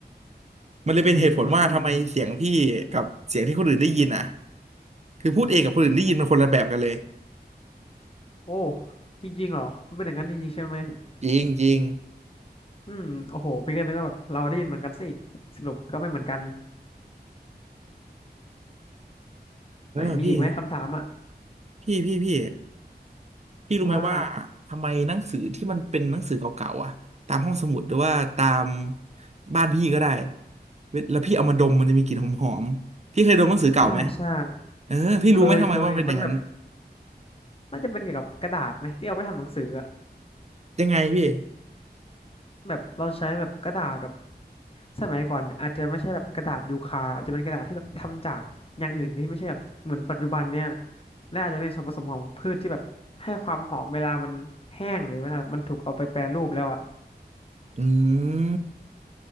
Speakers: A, on the right (about 40°); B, on the left (about 35°).
A: มันเลยเป็นเหตุผลว่าทำไมเสียงพี่กับเสียงที่คนอื่นได้ยินอ่ะ
B: อืม
A: คือพูดเองกับคนอื่นได้ยินมันคนละแบบกันเลย
B: โอ้จริงๆเหรอมันเป็นอย่างนั้นจริงๆใช่ไหม
A: จริงจริง
B: อืมโอ้โหพี่ก็นึกว่าแบบเราได้ยินเหมือนกันซะอีกสรุปก็ไม่เหมือนกัน
A: เออพี่
B: ไหนมีอีกไหมคำถามอะ
A: พี่พี่พี่พี่รู้ไหมว่า
B: ว่า
A: ทำไมหนังสือที่มันเป็นหนังสือเก่าๆอ่ะตามห้องสมุดหรือว่าตามบ้านพี่ก็ได้เวลาพี่เอามาดมมันจะมีกลิ่นหอมๆพี่เคยดมหนังสือเก่าไหม
B: ใช่ใช่
A: เออพี่รู้ไหมทำไมว่ามันเป็นอย่างนั้น
B: เคยเคยมันแบบน่าจะเป็นเกี่ยวกับกระดาษไหมที่เอาไปทำหนังสืออะ
A: ยังไงพี่
B: แบบเราใช้แบบกระดาษแบบสมัยก่อนเนี่ยอาจจะไม่ใช่แบบกระดาษยูคาอาจจะเป็นกระดาษที่แบบทำจากอย่างอื่นที่ไม่ใช่แบบเหมือนปัจจุบันเนี่ยและอาจจะเป็นส่วนผสมของพืชที่แบบให้ความหอมเวลามันแห้งหรือเวลามันถูกเอาไปแปรรูปแล้วอ่ะ
A: อืม